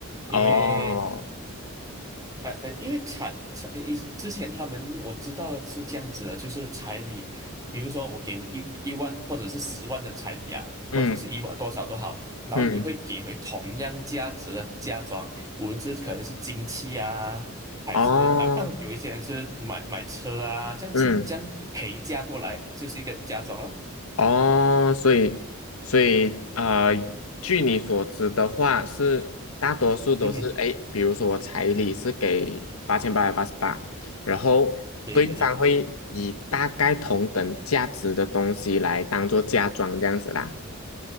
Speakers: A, on the left; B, on the right.
A: 哦，
B: 因为呃呃，因为彩彩以之前他们我知道是这样子的，就是彩礼，比如说我给你一一万或者是十万的彩礼啊，
A: 嗯
B: 或者是一万多少都好，然后你会给回同样价值的嫁妆，
A: 嗯，
B: 无论是可能是金器啊，还是呃
A: 哦，
B: <clears throat> 有一些人是买买车啊，这样子这样陪嫁过来就是一个嫁妆咯。
A: 嗯。哦，所以所以啊呃，据你所知的话，是大多数都是哎，
B: 嗯哼，
A: 诶比如说我彩礼是给八千八百八十八，然后对方会以大概同等价值的东西来当做嫁妆这样子啦。
B: 对对对。